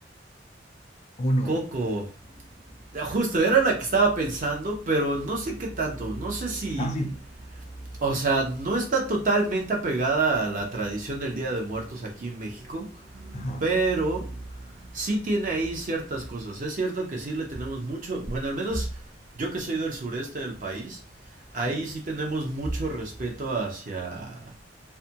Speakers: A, on the left; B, on the right.
A: o no?
B: Coco, justo, era la que estaba pensando, pero no sé qué tanto, no sé si...
A: Ah, sí,
B: O sea, no está totalmente apegada a la tradición del Día de Muertos aquí en México,
A: ajá,
B: Pero sí tiene ahí ciertas cosas. Es cierto que sí le tenemos mucho, bueno, al menos yo que soy del sureste del país, ahí
A: sí,
B: sí tenemos mucho respeto hacia